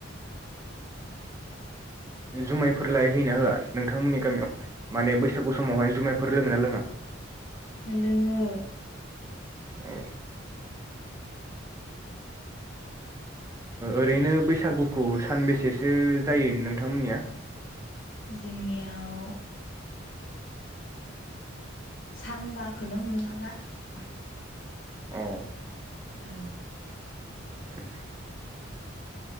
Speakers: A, on the right; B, on the left.
A: जुमायफोर लाय हैना होआ नोंथांमोननि गामियाव माने बैसागु समावहाय जुमायफोर लोंङोना लोंङा
B: लोंङो
A: औ ओरैनो बैसागुखौ सानबेसेसो जायो नोंथांमोननिया
B: जोंनियाव सानबाखो हमना ला औ
A: अ
B: औ
A: औ